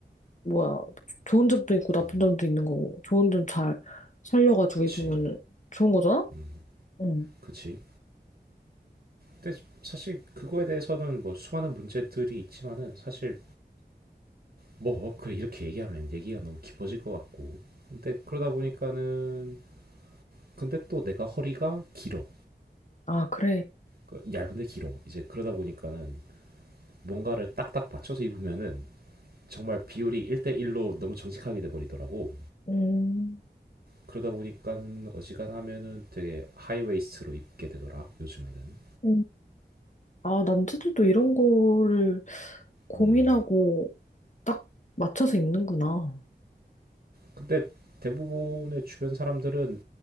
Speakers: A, on the left (about 45°); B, on the right (about 55°).
A: 뭐야, 좋은 점도 있고 나쁜
B: 음.
A: 점도 있는 거고, 좋은 점 잘 살려가지고
B: 그치,
A: 입으면 좋은 거잖아?
B: 음,
A: 응.
B: 그치. 근데 사실 그거에 대해서는 뭐 수많은 문제들이 있지만은 사실 뭐 그래 이렇게 얘기하면 얘기가 너무 깊어질 것 같고. 근데 그러다 보니까는 근데 또 내가 허리가 길어.
A: 아, 그래.
B: 그 얇은데 길어. 이제 그러다 보니까는 뭔가를 딱딱 맞춰서 입으면은 정말 비율이 1대1로 너무 정직하게 돼버리더라고.
A: 음.
B: 그러다 보니까는 어지간하면은 되게 하이웨이스트로 입게 되더라, 요즘에는.
A: 음. 아, 남자들도 이런 거를 고민하고
B: 음.
A: 딱 맞춰서 입는구나.
B: 근데 대부분의 주변 사람들은